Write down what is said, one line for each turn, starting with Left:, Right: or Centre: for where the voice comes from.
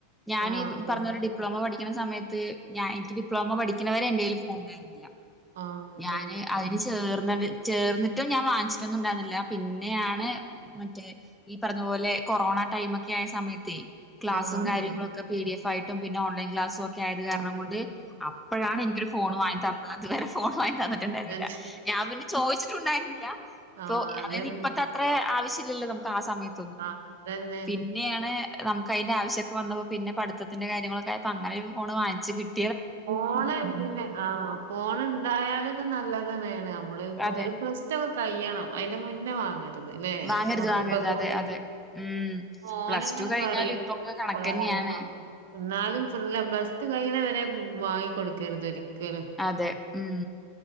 Centre: ഞനീ
Right: ആഹ് അതാണ്
Centre: പറഞ്ഞോലെ ഡിപ്ലോമ പഠിക്കണ സമയത്ത് ഞാൻ എനിക്ക് ഡിപ്ലോമ പഠിക്ക്ണ വരെ എന്റേല് ഫോണ് ണ്ടായിരുന്നില്ല
Right: ആഹ്
Centre: ഞാന്
Right: അതന്നെ
Centre: അ തില് ചേർന്ന ചേർന്നിട്ടും ഞാൻ വാങ്ങിച്ചിട്ടൊന്നും ഇണ്ടായിരിന്നില്ല പിന്നെയാണ് മറ്റേ ഈ പറഞ്ഞ പോലെ കൊറോണ ടൈമൊക്കായ സമയത്തെ ക്ലാസും
Right: ആഹ്
Centre: കാര്യങ്ങളൊക്കെ പി ഡി എഫായിട്ടും പിന്നെ ഓൺലൈൻ ക്ലാസുവൊക്കെ ആയത് കാരണം
Right: ആഹ്
Centre: കൊണ്ട് അപ്പഴാണ് എനിക്കൊരു ഫോൺ വാങ്ങി തന്നത് അത് വരെ ഫോൺ വാങ്ങി തന്നിട്ടുണ്ടായിരുന്നില്ല
Right: അതന്നെ
Centre: ഞാൻ പിന്നെ ചോദിച്ചിട്ടുണ്ടായിരുന്നില്ല അപ്പൊ
Right: ആഹ് അതന്നെ
Centre: അതായത് ഇപ്പത്തെ അത്ര ആവശ്യല്ലല്ലോ നമുക്ക് ആ സമയത്ത്
Right: ആഹ് അതന്നെ
Centre: പിന്നെയാണ് നമുക്കയിന്റെ ആവശ്യൊക്കെ വന്നപ്പോ പിന്നെ പട്ത്തത്തിന്റെ കാര്യങ്ങളൊക്കായപ്പോ അങ്ങനൊരു ഫോണ് വങ്ങിച്ച് കിട്ടി
Right: ഫോണ് പിന്നെ ആഹ് ഫോണ് ണ്ടായാലൊക്കെ നല്ലതന്നേണ് നമ്മള്പ്പൊ
Centre: അതെ
Right: ഒരു സ് പ്ലസ്ടുവൊക്കെ കഴിയണം അയിന്റെ മുന്നേ വാങ്ങര് ത് ല്ലേ?
Centre: വാങ്ങരുത്
Right: മക്കക്കൊന്ന്
Centre: വാങ്ങരുത് അതെ അതെ ഉം
Right: മോന്ങ്ങനെ
Centre: പ്ലസ് ടു കഴിഞ്ഞാല്
Right: പറിം
Centre: ഇപ്പൊക്കെ
Right: <unintelligible>
Centre: കണക്കന്നെയാണ്
Right: ഇന്നാലും ഫല്ല പ്ലസ് ടു കയ്യിണ വരെ വാങ്ങി ക്കൊടുക്കരുതൊരി ക്കലും
Centre: അതെ ഉം